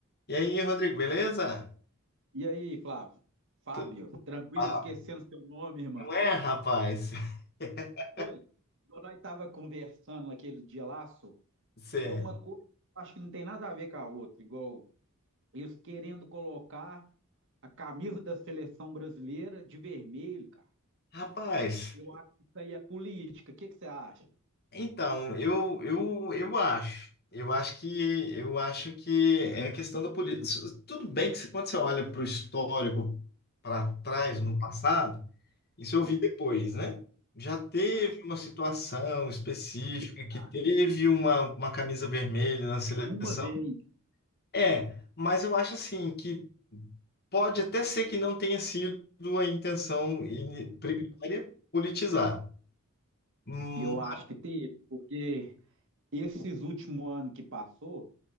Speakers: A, on the left; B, on the right.
A: E aí, Rodrigo, beleza?
B: E aí, Flávio? Fábio,
A: Tu...
B: tranquilo,
A: Ah,
B: esquecendo seu nome, irmão.
A: não é, rapaz? <laughs>
B: Oi, igual nós estava conversando naquele dia lá, só,
A: Cê... é.
B: tem uma coisa que eu acho que não tem nada a ver com a outra, igual eles querendo colocar a camisa da seleção brasileira de vermelho, cara.
A: Rapaz,
B: Eu acho que isso aí é política. O que que você acha?
A: então, eu, eu, eu acho. Eu acho que eu acho que é a questão da política. Tudo bem que se- quando você olha para o histórico para trás,
B: Hum,
A: no passado, isso eu
B: ah,
A: vi depois, né? Já teve
B: ah,
A: uma situação específica que
B: tá.
A: teve uma, uma camisa vermelha na seleção.
B: Uma vez.
A: É, mas eu acho assim que pode até ser que não tenha sido a intenção ini- primária politizar. Hum,
B: Eu acho que teve, porque esses últimos anos que passou,